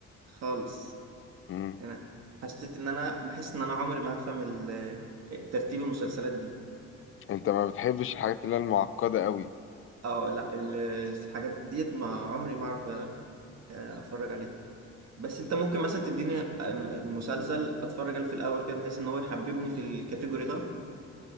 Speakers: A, on the right; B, on the left.
A: خالص
B: امم
A: انا حسيت ان انا بحس ان انا عمري ما هفهم ال- ترتيب المسلسلات دي
B: انت ما بتحبش الحاجات اللي هي المعقده قوي
A: اه لا ال- الحاجات ديت ما عمري ما اعرف أ- اتفرج عليها بس انت ممكن مثلا تديني أن- مسلسل اتفرج عليه في الاول كده بحيث ان هو يحببني في الكاتيجوري ده